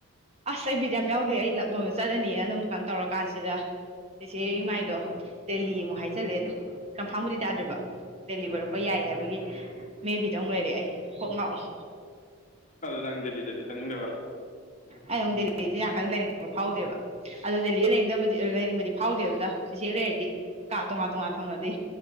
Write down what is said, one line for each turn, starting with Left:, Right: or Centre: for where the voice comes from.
Right: ꯑꯁ ꯑꯩ ꯕꯤꯠ ꯌꯥꯝ ꯌꯥꯎꯗꯦ ꯑꯩ ꯂꯛꯅꯧꯗ ꯆꯠꯂꯅꯤꯅ ꯑꯗꯨꯝ ꯀꯥꯏꯅ ꯇꯧꯔꯀꯥꯟꯁꯤꯗ ꯏꯆꯦ ꯏꯃꯥꯏꯗꯣ ꯗꯦꯜꯂꯤ ꯑꯃꯨꯛ ꯍꯥꯏꯖꯠꯂꯦꯗ ꯀꯝꯐꯥꯕꯨꯗꯤ ꯇꯥꯗ꯭ꯔꯤꯕ ꯗꯦꯜꯂꯤ ꯑꯣꯏꯔꯛꯄ ꯌꯥꯏ ꯍꯥꯏꯕꯒꯤ ꯃꯦꯕꯤꯗ ꯑꯃꯨꯛ ꯂꯩꯔꯑꯦ ꯑꯩ ꯀꯣꯛ ꯉꯥꯡꯔꯦ
Left: ꯑꯗꯨ ꯅꯪ ꯗꯦꯜꯂꯤꯗꯗꯤ ꯆꯠꯅꯤꯡꯗꯕ
Right: ꯑꯩ ꯑꯃꯨꯛ ꯗꯦꯜꯂꯤꯁꯦ ꯌꯥꯝ ꯀꯟꯅ ꯂꯩꯅꯤꯡꯕꯗꯤ ꯐꯥꯎꯗꯦꯕ ꯑꯗꯣ ꯗꯦꯜꯂꯤ ꯂꯩꯅꯤꯡꯗꯕꯗꯤ ꯂꯩꯅꯤꯡꯕꯗꯤ ꯐꯥꯎꯗꯦ ꯑꯗꯨꯗ ꯆꯤꯆꯦ ꯂꯩꯔꯗꯤ ꯀꯥ ꯇꯣꯉꯥꯟ ꯇꯣꯉꯥꯟ ꯐꯪꯉꯗꯤ